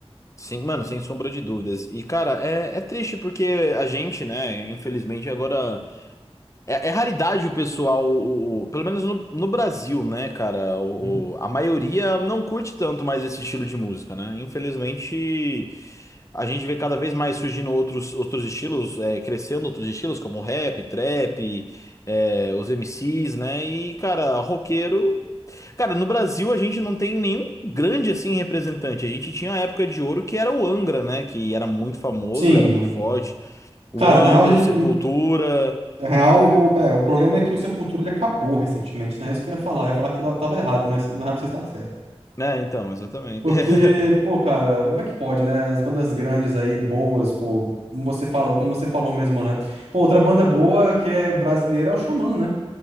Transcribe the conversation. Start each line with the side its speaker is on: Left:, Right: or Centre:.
Left: Sim, mano, sem sombra de dúvidas. E, cara, é, é triste porque a gente, né, infelizmente agora. É, é raridade o pessoal, o- o- pelo menos no, no Brasil, né, cara? O,
Right: Uhum.
Left: o- a maioria não curte tanto mais esse estilo de música, né? Infelizmente, a gente vê cada vez mais surgindo outros, outros estilos, é, crescendo outros estilos, como rap, trap, é, os MCs, né? E, cara, roqueiro. Cara, no Brasil a gente não tem nenhum grande assim representante. A gente tinha a época de ouro que era o Angra, né? Que era muito famoso,
Right: Sim.
Left: era muito forte. O
Right: Cara,
Left: Angra,
Right: na real, a gente-
Left: o Sepultura.
Right: na real o, é, o problema é que o Sepultura ele acabou recentemente, né? É Isso que eu ia falar. Eu ia falar que eu tava errado, mas na real você está certo.
Left: É, então, exatamente.
Right: Porque,
Left: <laughs>
Right: pô, cara, como é que pode, né? As bandas grandes aí, boas, pô, como você falou, como você falou mesmo, né? Pô, outra banda boa que é brasileira é o Xamã, né?